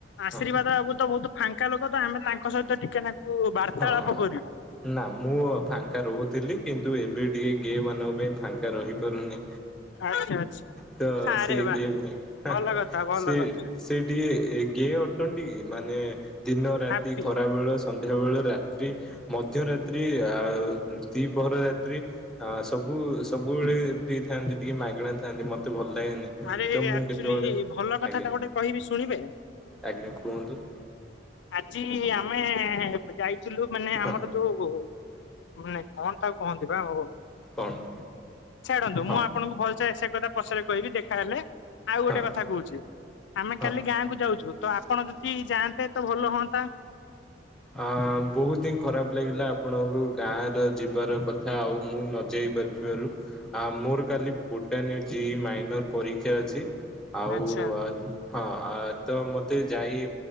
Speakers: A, on the left; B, in the centre.
A: ଆଶୀର୍ବାଦ
B: ହଁ।
A: ବାବୁ ତ ବହୁତ ଏକା ଲୋକ ତ ଆମେ ତାଙ୍କ ସହିତ ଟିକେ ତାଙ୍କୁ ବାର୍ତ୍ତାଳାପ
B: ହଁ।
A: କରିବୁ।
B: ନା ମୁଁ ଫାଙ୍କା ରହୁଥିଲି କିନ୍ତୁ ଏବେ ଟିକେ ଗେ-ମାନଙ୍କ ପାଇଁ ଫାଙ୍କା ରହିପାରୁନି।
A: ଆଚ୍ଛା ଆଚ୍ଛା
B: ତ
A: ଆରେ
B: ସେ
A: ବା
B: କିଏ ଭାଇ
A: ଭଲ କଥା ଭଲ
B: ସେ
A: କଥା
B: ସେ ଟିକେ ଏ ଗେ ଅଟନ୍ତି ମାନେ ଦିନ ରାତି
A: ହାପି
B: ଖରା ବେଳ ସନ୍ଧ୍ୟାବେଳେ ରାତ୍ରି ମଧ୍ୟରାତ୍ରି ଆ ଦିପହର ସବୁ ସବୁବେଳେ ଫ୍ରୀ ଥାନ୍ତି ଟିକେ ମାଗଣା ଥାନ୍ତି ମତେ ଭଲ ଲାଗେନି।
A: ଆରେ
B: ତ ମୁଁ
A: ଆଚୁଆଲି
B: କେତେବେଳେ
A: ଭଲ କଥା
B: ଆଜ୍ଞା
A: ଟା ଗୋଟେ କହିବି ଶୁଣିବେ?
B: ଆଜ୍ଞା କୁହନ୍ତୁ।
A: ଆଜି ଆମେ ଯାଇଥିଲୁ ମାନେ
B: ହଁ
A: ଆମର ଯୋଉ ମାନେ କଣ ତାକୁ କୁହନ୍ତି ବା ଓହୋ।
B: କଣ?
A: ଛାଡ଼ନ୍ତୁ ମୁଁ
B: ହଁ
A: ଆପଣଙ୍କୁ ଭଲସେ ସେ କଥା ପଛରେ କହିବି ଦେଖାହେଲେ ଆଉ ଗୋଟେ
B: ହଁ
A: କଥା କହୁଛି ଆମେ
B: ହଁ
A: କାଲି ଗାଁ କୁ ଯାଉଛୁ ତ ଆ ଆପଣ ଯଦି ଯାଆନ୍ତେ ତ ଭଲ ହୁଅନ୍ତା।
B: ଅ ବହୁତ ହିଁ ଖରାପ ଲାଗିଲା ଆପଣଙ୍କୁ ଗାଁ ର ଯିବାର କଥା ଆଉ ମୁଁ ନଯାଇ ଥିବାରୁ ଆ ମୋର କାଲି ବୋଟାନୀ ଜି ମାଇନର୍ ପରୀକ୍ଷା ଅଛି। ଆଉ
A: ଆଚ୍ଛା
B: ହଁ ତ ମତେ ଯାଇ